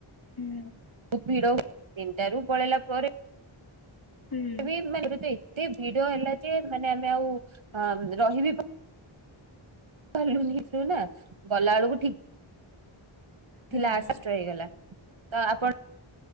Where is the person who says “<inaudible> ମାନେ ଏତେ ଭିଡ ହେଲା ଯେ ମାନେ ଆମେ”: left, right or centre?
Right